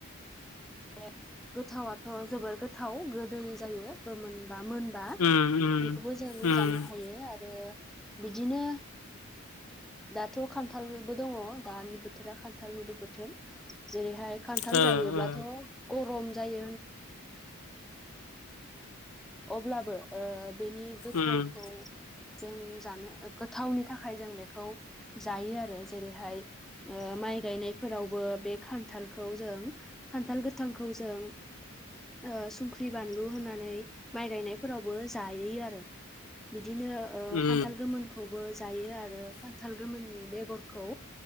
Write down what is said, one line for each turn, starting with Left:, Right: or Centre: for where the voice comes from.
Centre: बे गोथावाथ' जबोर गोथाव गोदै जायो गोमोनबा मोनो। बा
Left: उम उम
Centre: बेखौ जों
Left: उम
Centre: जानो हायो आरो बिदिनो। दाथ' खान्थालबो दङ दानि बोथोरा खान्थालनिबो बोथोर। जेरैहाय खान्थाल
Left: ओ
Centre: जायोब्ला।
Left: ओ
Centre: गरम जाय। अब्लाबो ओ बेनि गोथावखौ
Left: उम उम
Centre: जों जानो। गोथावनि थाखाय जों बेखौ जायो आरो जेरैहाय ओ माइ गायनायफोरावबो बे खान्थालखौ जों खान्थाल गोथांखौ जों ओ संख्रि बानलु होनानै माइ गायनाय फोरावबो जायो आरो बिदिनो ओ
Left: उम
Centre: खान्थाल गोमोनखौबो जायो आरो खान्थाल गोमोननि बेगरखौ